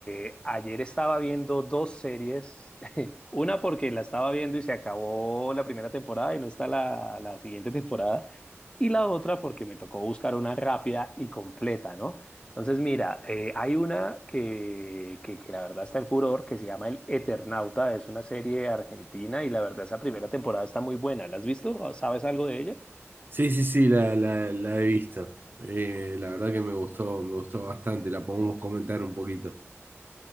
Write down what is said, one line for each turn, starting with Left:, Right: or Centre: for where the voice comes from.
Left: eh, ayer estaba viendo dos series, <laughs> una porque la estaba viendo y se acabó la primera temporada y no está la, la siguiente temporada, y la otra porque me tocó buscar una rápida y completa, ¿no? Entonces, mira, eh, hay una que, que, que la verdad está en furor, que se llama El Eternauta, es una serie argentina y la verdad esa primera temporada está muy buena. ¿La has visto? ¿Sabes algo de ella?
Right: Sí, sí, sí, la, la- la he visto. Eh, la verdad que me gustó, me gustó bastante. La podemos comentar un poquito.